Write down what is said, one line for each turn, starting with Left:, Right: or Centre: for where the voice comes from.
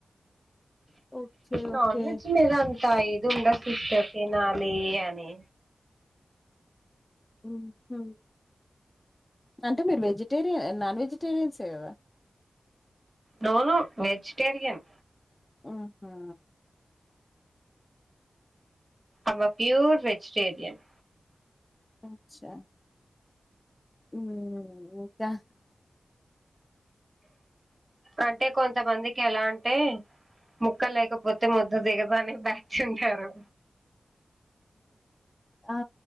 Left: ఓకే.
Right: Non
Left: okay.
Right: వెజ్ లేదా తా ఇది ఉండచ్చు సిస్టర్ తినాలి అనీ
Left: ఉహు అంటే మీరు వెజిటేరియ నాన్ వెజిటేరియన్సే కదా
Right: నో వెజిటేరియన్
Left: ఆహా
Right: ఆమె ప్యూర్ వెజిటేరియన్
Left: అచ్చా మ్ ఇంకా
Right: అంటే కొంతమందికి ఎలా అంటే ముక్కలు లేకపో పోతే మొద్ద దిగదు అనే బ్యాచ్ ఉంటారు.
Left: ఆ